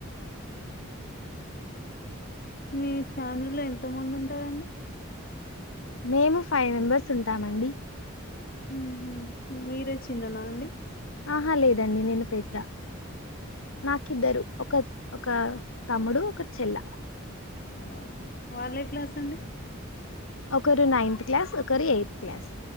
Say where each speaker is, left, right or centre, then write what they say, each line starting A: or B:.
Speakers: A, on the left; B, on the left.
A: మీ ఫ్యామిలీలో ఎంత మంది ఉంటారండి
B: మేము ఫైవ్ మెంబెర్స్ ఉంటామండి
A: ఊహు మీరే చిన్ననా అండి
B: ఆహా లేదండి నేను పెద్ద నాకిద్దరు ఒక ఒక తమ్ముడు ఒక చెల్ల
A: ఓ వాళ్ళే క్లాస్ అండి
B: ఒకరు నైన్త్ క్లాస్ ఒకరు ఎయిత్ క్లాస్